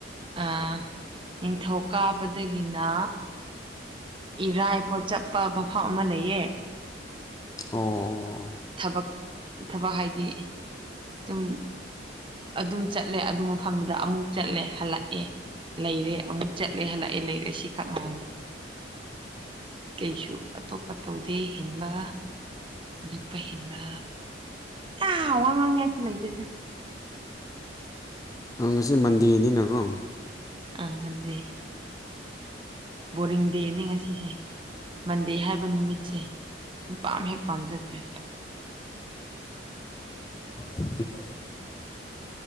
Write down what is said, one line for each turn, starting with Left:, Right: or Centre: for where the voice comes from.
Right: ꯑ ꯅꯤꯡꯊꯧ ꯀꯥꯕꯗꯒꯤꯅ꯫ ꯏꯔꯥꯏꯐꯥꯎ ꯆꯠꯄ ꯃꯐꯝ ꯑꯃ ꯂꯩꯌꯦ
Left: ꯑꯣ
Right: ꯊꯕꯛ ꯊꯕꯛ ꯍꯥꯏꯗꯤ ꯁꯨꯝ꯫ ꯑꯗꯨ ꯆꯠꯂꯦ ꯑꯗꯨ ꯃꯐꯝꯗꯨꯗ ꯑꯃꯨꯛ ꯆꯠꯂꯦ ꯍꯜꯂꯛꯑꯦ ꯂꯩꯔꯦ ꯑꯃꯨꯛ ꯆꯠꯂꯦ ꯍꯜꯂꯛꯑꯦ ꯂꯩꯔꯦ ꯁꯤ ꯈꯛ ꯉꯥꯏꯔꯦ꯫ ꯀꯩꯁꯨ ꯑꯇꯣꯞꯄ ꯇꯧꯗꯦ ꯍꯤꯟꯕ ꯗꯨꯄ ꯍꯟꯕ ꯑ ꯋꯥꯉ ꯌꯥꯂ ꯂꯩꯗꯦꯗ <unintelligible>
Left: ꯉꯁꯤ ꯃꯟꯗꯦꯅꯤꯅꯀꯣ
Right: ꯎꯝ ꯃꯟꯗꯦ ꯕꯣꯔꯤꯡ ꯗꯦꯅꯦ ꯉꯁꯤꯁꯦ ꯃꯟꯗꯦ ꯍꯥꯏꯕ ꯅꯨꯃꯤꯠꯁꯦ ꯁꯨꯡ ꯄꯥꯝ ꯍꯦꯛ ꯄꯥꯝꯖꯗ꯭ꯔꯦ
Left: ꯎꯝ <unintelligible>